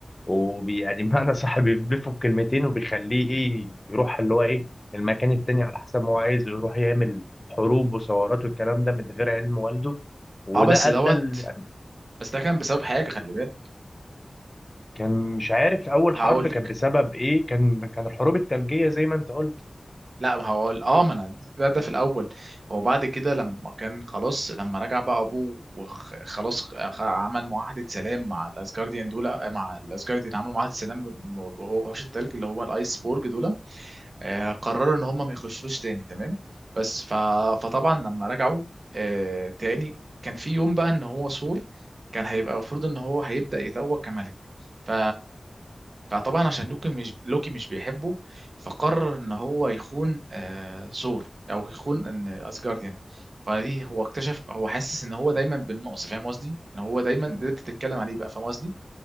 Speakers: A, on the left (about 25°); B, on the right (about 65°).
A: ويعني معنى <laughs> صح بيضيفه بكلمتين وبيخليه ايه يروح اللي هو ايه المكان التاني على حسب ما هو عايز ويروح يعمل حروب وثورات والكلام ده من غير علم والده وده
B: اه بس دوت
A: ادى ال-
B: بس ده كان بسبب حاجة خلي بالك
A: كان مش عارف اول
B: هقول
A: حرب كان بسبب ايه كان كان الحروب الثلجيه زي ما انت قلت
B: لا ما هو اه ما انا ده ده في الاول هو بعد كده لما كان خلاص لما رجع بقى ابوه وخلاص عمل معاهده سلام مع الاسجارديان دول آه، مع الاسجارديان عملوا معاهده سلام وهو وحوش التلج اللي هو الايس بورج دول آه، قرروا ان هم ما يخشلوش تاني تمام بس ف... فطبعا لما رجعوا آه، تاني كان في يوم بقى ان هو سور كان هيبقى المفروض ان هو هيبدأ يتوج كملك ف فطبعا عشان لوكي مش لوكي مش بيحبه فقرر ان هو يخون آه، سور او يخون ان اسجارديان فدي هو اكتشف هو حاسس ان هو دايما بالنقص فاهم قصدي ان هو دايما ده انت تتكلم عليه بقى فاهم قصدي